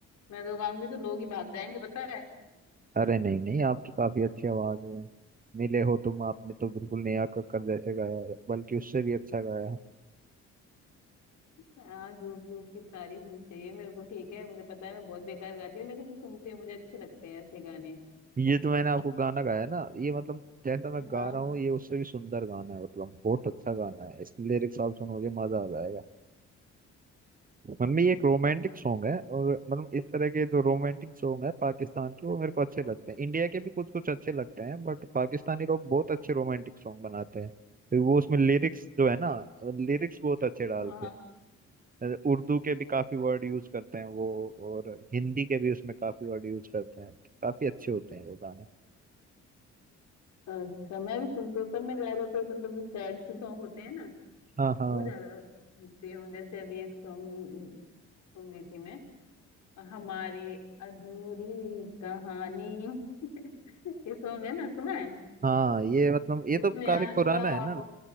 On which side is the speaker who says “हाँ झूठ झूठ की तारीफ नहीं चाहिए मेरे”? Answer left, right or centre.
Left